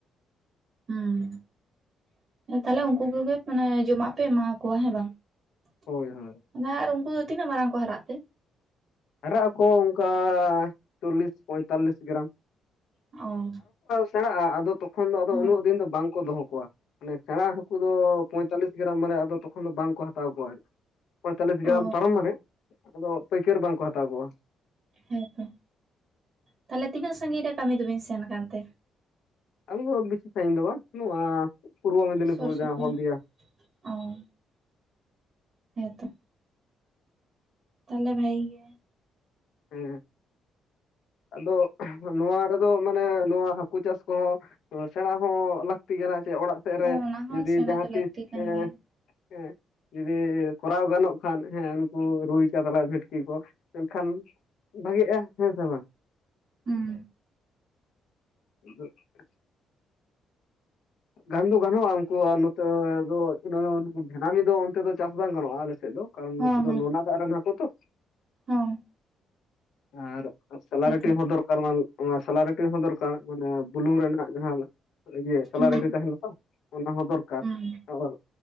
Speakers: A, on the right; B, on the left.
A: ᱦᱩᱸ ᱛᱟᱦᱞᱮ ᱩᱱᱠᱩ ᱠᱚᱜᱮ ᱢᱟᱱᱮ ᱡᱚᱢᱟᱜ ᱯᱮ ᱮᱢᱟ ᱠᱚᱣᱟ ᱦᱮᱸ ᱵᱟᱝ᱾
B: ᱦᱳᱭ
A: <inaudible>
B: ᱦᱳᱭ
A: ᱟᱨ ᱩᱱᱠᱩ ᱫᱚ ᱛᱤᱱᱟᱹᱜ ᱢᱟᱨᱟᱝ ᱠᱚ ᱦᱟᱨᱟᱜ ᱛᱮ?
B: ᱦᱟᱨᱟᱜ ᱟᱠᱚ ᱚᱱᱠᱟ ᱪᱚᱞᱞᱤᱥ ᱯᱚᱸᱭᱛᱟᱞᱞᱤᱥ ᱜᱨᱟᱢ᱾
A: ᱚ
B: ᱥᱮᱸᱬᱟᱜᱼᱟ ᱟᱫᱚ ᱛᱚᱠᱷᱚᱱ ᱫᱚ ᱟᱫᱚ
A: ᱚ
B: ᱩᱱᱟᱹᱜ ᱫᱤᱱ ᱫᱚ ᱵᱟᱝᱠᱚ ᱫᱚᱦᱚ ᱠᱚᱣᱟ ᱢᱟᱱᱮ ᱥᱮᱬᱟ ᱦᱟᱹᱠᱩ ᱫᱚ ᱯᱚᱸᱭᱛᱟᱞᱞᱤᱥ᱾ ᱜᱨᱟᱢ ᱢᱟᱱᱮ ᱟᱫᱚ ᱛᱚᱠᱷᱚᱱ ᱫᱚ ᱵᱟᱝᱠᱚ ᱦᱟᱛᱟᱣ ᱠᱚᱣᱟ ᱟᱨᱠᱤ ᱯᱚᱸᱭᱛᱟᱞᱤᱥ ᱜᱨᱟᱢ
A: ᱚ
B: ᱯᱟᱨᱚᱢ ᱢᱟᱱᱮ ᱟᱫᱚ᱾ ᱯᱟᱹᱭᱠᱟᱹᱨ ᱵᱟᱝ ᱠᱚ ᱦᱟᱛᱟᱣ ᱠᱚᱣᱟ᱾
A: ᱦᱮᱸ ᱛᱚ ᱛᱟᱦᱞᱮ ᱛᱤᱱᱟᱹᱜ ᱥᱟᱺᱜᱤᱧ ᱨᱮ ᱠᱟᱹᱢᱤ ᱫᱚᱵᱤᱱ ᱥᱮᱱ ᱠᱟᱱ ᱛᱮ?
B: ᱟᱢ ᱫᱚ ᱵᱤᱥᱤ ᱥᱟᱺᱜᱤᱧ ᱫᱚ ᱵᱟᱝ ᱱᱚᱣᱟ᱾ ᱯᱩᱨᱵᱚ ᱢᱮᱫᱽᱱᱤᱯᱩᱨ
A: ᱥᱳᱨ ᱥᱳᱯᱳᱨ
B: ᱡᱟᱦᱟᱸ ᱦᱚᱞᱫᱤᱭᱟ
A: ᱚᱸ ᱦᱮᱸᱛᱚ ᱛᱟᱦᱞᱮ ᱵᱷᱟᱜᱤ ᱜᱮ᱾
B: ᱦᱮᱸ ᱟᱫᱚ ᱱᱚᱣᱟ ᱨᱮᱫᱚ ᱢᱟᱱᱮ ᱱᱚᱣᱟ ᱦᱟᱹᱠᱩ ᱪᱟᱥ ᱠᱚ᱾ ᱥᱮᱸᱬᱟ ᱦᱚᱸ ᱞᱟᱹᱠᱛᱤ ᱠᱟᱱᱟ ᱪᱮ ᱚᱲᱟᱜ ᱥᱮᱜ
A: ᱦᱚᱸ
B: ᱨᱮ
A: ᱚᱱᱟ ᱦᱚᱸ
B: ᱡᱩᱫᱤ
A: ᱥᱮᱬᱟ
B: ᱡᱟᱦᱟᱸ
A: ᱫᱚ
B: ᱛᱤᱥ
A: ᱞᱟᱹᱠᱛᱤ ᱠᱟᱱ
B: ᱮ᱾
A: ᱜᱮᱭᱟ
B: ᱦᱮᱸ ᱡᱩᱫᱤ ᱠᱚᱨᱟᱣ ᱜᱟᱱᱚᱜ ᱠᱷᱟᱱ ᱦᱮᱸ ᱱᱩᱠᱩ ᱨᱩᱭ, ᱠᱟᱛᱞᱟ, ᱵᱷᱮᱴᱠᱤ ᱠᱚ᱾ ᱢᱮᱱᱠᱷᱟᱱ ᱵᱷᱟᱜᱤᱜᱼᱟ ᱦᱮᱸ ᱥᱮ ᱵᱟᱝ᱾
A: ᱦᱩᱸ
B: <unintelligible> ᱜᱟᱱ ᱫᱚ ᱜᱟᱱᱚᱜᱼᱟ ᱩᱱᱠᱩᱣᱟᱜ ᱱᱚᱛᱮ ᱫᱚ ᱵᱷᱮᱱᱟᱢᱤ ᱫᱚ ᱚᱱᱛᱮ ᱫᱚ ᱪᱟᱥ ᱵᱟᱝ ᱜᱟᱱᱚᱜᱼᱟ ᱟᱞᱮᱥᱮᱫ ᱫᱚ᱾ ᱠᱟᱨᱚᱱ
A: ᱦᱚᱸ
B: ᱱᱩᱠᱩ ᱫᱚ
A: ᱦᱚᱸ
B: ᱱᱚᱱᱟ ᱫᱟᱜ ᱨᱮᱱ ᱦᱟᱠᱩ ᱛᱚ᱾
A: ᱦᱚᱸ
B: ᱟᱨ ᱥᱮᱞᱟᱨᱤᱴᱤ
A: ᱦᱮᱸᱛᱚ
B: ᱦᱚᱸ ᱫᱚᱨ ᱾ ᱟᱨ ᱥᱮᱞᱟᱨᱤᱴᱤ ᱦᱚᱸ ᱫᱚᱨᱠᱟᱨ ᱢᱟᱱᱮ ᱵᱩᱞᱩᱝ ᱨᱮᱱᱟᱜ ᱡᱟᱦᱟᱸ ᱤᱭᱟᱹ᱾ ᱥᱮᱞᱟᱨᱤᱴᱤ
A: ᱦᱩᱸ
B: ᱛᱟᱦᱮᱸᱱᱟ ᱛᱚ ᱚᱱᱟ ᱦᱚᱸ ᱫᱚᱨᱠᱟᱨ
A: ᱦᱩᱸ
B: ᱟᱨ᱾